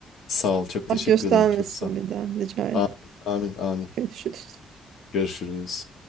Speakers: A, on the left; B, on the right.
A: Sağ
B: <laughs>
A: ol. Çok teşekkür
B: Allah göstermesin
A: ederim. Çok sağ ol.
B: bir daha rica ederim.
A: Amin. Amin. Amin.
B: Görüşürüz.
A: Görüşürüz.